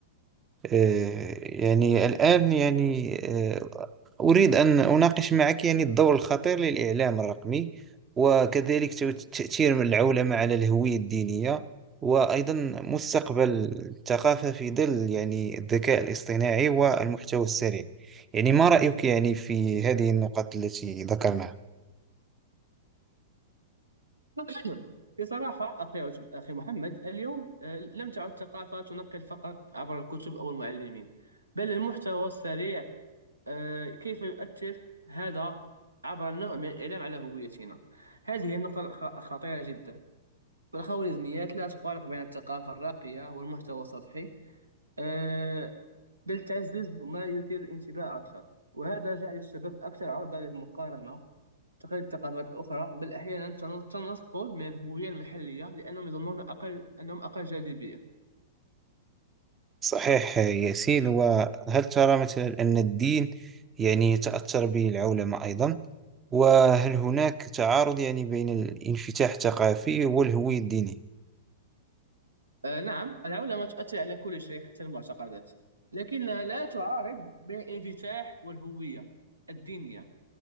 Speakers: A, on the right (about 20°); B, on the right (about 80°).
A: أه، يعني الآن يعني آه، أريد أن أناقش معك يعني الدور الخطير للإعلام الرقمي وكذلك تو- تأثير العولمة على الهوية الدينية وأيضا مستقبل الثقافة في ظل يعني الذكاء الاصطناعي والمحتوى السريع يعني ما رأيك يعني في هذه النقط التي ذكرناها
B: <clears throat> بصراحة أخي أخي محمد اليوم آه، لم تعد الثقافة تنقل فقط عبر الكتب أو المعلمين بل المحتوى السريع آه، كيف يؤثر هذا عبر النوع من الإعلام على هويتنا هذه النقطة الخ- خطيرة جدا والخوارزميات لا تفارق بين الثقافة الراقية والمحتوى السطحي آه، بل تعزز ما يثير الانتباه أكثر وهذا جعل الشباب أكثر عرضة للمقارنة تقليد الثقافات الأخرى بل أحيانا تن- تنصل من الهوية المحلية لأنهم يظنون أقل أنهم أقل جاذبية
A: صحيح ياسين وهل ترى مثلا أن الدين يعني تأثر به العولمة أيضا وهل هناك تعارض يعني بين الانفتاح الثقافي والهوية الدينية
B: آه، نعم العولمة تؤثر على كل شيء حتى المعتقدات لكنها لا تعارض بين الانفتاح والهوية الدينية